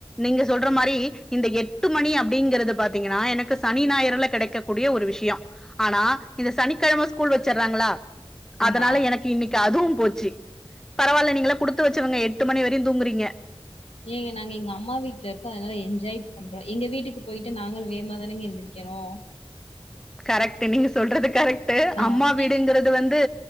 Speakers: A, in the centre; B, on the left.
A: நீங்க சொல்ற மாரி இந்த எட்டு மணி அப் டிங்கிறது பாத்தீங்கன்னா எனக்கு சனி ஞாயற்ல கெடைக்கக்கூடிய ஒரு விஷியொ ஆனா இந்த சனிக்கெழமை ஸ்கூல் வச்சர்றாங்களா அதனால
B: ஆமா
A: எனக்கு இன்னக்கி அதுவும் போச்சு பரவால்ல நீங்களா குடுத்து வச்சவங்க எட்டு மணி வரையு தூங்குறீங்க
B: ஏங்க நாங்க எங்க அம்மா வீட்ல இருக்கோ அதனால என்ஜாய் பண்றோ எங்க வீட்டுக்கு போயிட்டு நாங்களு வேமாதானங்க எந்திரிக்கணு
A: கரெக்ட்டு நீங்க சொல்றது கரெக் ட்டு
B: ஆ
A: அம்மா
B: நீங்க
A: வீடுங்குறது வந்து